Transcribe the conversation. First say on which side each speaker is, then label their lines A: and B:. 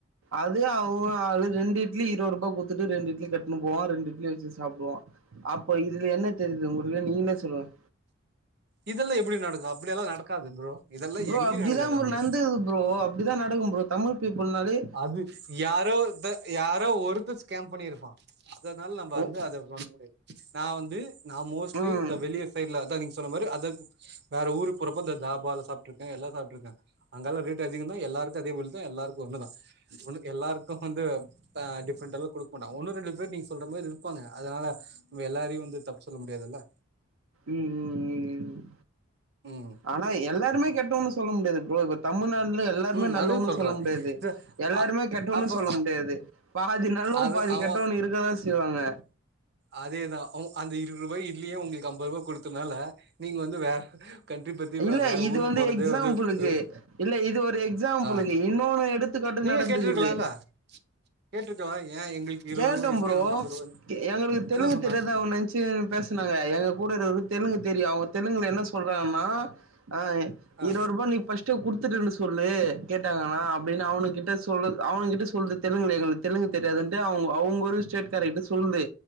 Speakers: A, on the right; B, on the right.
A: அதே அவோ அது ரெண்டு இட்லி இருவ ரூபா குடுத்துட்டு ரெண்டு இட்லி கட்டின்னு போவா ரெண்டு இட்லி வச்சி சாப்டுவா அப்போ இதுல என்ன தெரிது உங்களுக்கே நீங்களே சொல்லுங்
B: டிஃபென்ல எப்டி நடக்கு அப்டிலா நடக்காது ப்ரோ இதெல்லா
A: ப்ரோ
B: எங்கேயு
A: அப்டிதா
B: நடக்காது
A: ஃப்ரோ
B: அப்படி
A: நடந்தது ப்ரோ அப்டிதா நடக்கு ப்ரோ தமிழ் பீப்புள் நாலே
B: அது யாரோ த யாரோ ஒருத்த ஸ்கேம் பண்ணிருப்பா அதனால நம்ம
A: ஓ
B: வந்து அத சொல்ல முடியாது நா வந்து நா மோஸ்ட்லி
A: ம்
B: இந்த வெளிய சைட்லா அதா ஒரு அத வேற ஊருக்கு போறப்ப அந்த தாபால சாப்ட்ருக்கே எல்லா சாப்ட்ருக்க அங்கெல்லா ரேட்டு ரேட்டு அதிகோனா எல்லாருக்கு அதேபோல்தா எல்லாருக்கு ஒண்ணு தா ஒன்னு எல்லாருக்கு வந்து அ டிஃப்ரெண்ட குடுக்க மாட்டா ஒன்னு ரெண்டு பேர் நீங்க சொல்ற மாரி இருப்பாங்க அதனால எல்லாரையு வந்து தப்பு சொல்ல முடியாதுல்ல
A: ம் ம் ம் ம்
B: ம்
A: ஆனா எல்லாருமே கெட்டவங்கனு சொல்ல முடியாது ப்ரோ இ தமிழ்நாடுல எல்லாருமே
B: ம்
A: நல்லவங்கனு
B: அது சொல்ற
A: சொல்ல முடியாது
B: இது
A: எல்லாருமே
B: அ
A: கெட்டவங்கனு
B: அப்போ
A: சொல்ல முடியாது பாதி நல்லுவோ
B: அது
A: பாதி
B: அவ
A: கட்டவோ இருக்கதா செய்வாங்க
B: அதேதா அந்த இருவரூபா இட்லிய உங்களுக்கு ஐம்பது ரூபா குடுத்ததுனால நீங்க வந்து வேற கண்ட்ரி பத்தி
A: இல்ல
B: பா வேற
A: இது
B: ஊருக்கு போறதே
A: எக்ஸாம்பிளுக்கு
B: வந்து ஒரு
A: இல்ல இது ஒரு எக்ஸாம்பிளுக்கு
B: ஆ
A: இன்னொன்னு எடுத்துக்காட்டு
B: நீங்க
A: நடந்துக்குது
B: கேட்டுருக்கலாலே கேட்டுருக்கலா ஏ எங்களுக்கு இருவரூபா
A: கேட்டே
B: இட்லி
A: ப்ரோ
B: அவனுக்கு ஐம்பது ரூபானு
A: எங்களுக்கு தெலுங்கு
B: என்ன சொன்னா
A: தெரியாது <unintelligible> பேசுனாங்க எங்க கூட இருக்கரவுருக்கு தெலுங்கு தெரியு அவுங்க தெலுங்குல என்ன சொல்றாங்கன்னா அ
B: ஆ
A: இருவதுரூபா நீ ஃபஸ்ட் குடுத்துட்டு டன்னு சொல்லு கேட்டாங்கன்னா அப்டின்னு அவனு கிட்ட சொல்லு அவனு கிட்ட சொல்லுது தெலுங்குல எங்களுக்கு தெலுங்கு தெரியாதுன்ட்டு அவுங்க அவுங்களே ஸ்டேட் காரகிட்ட சொல்லு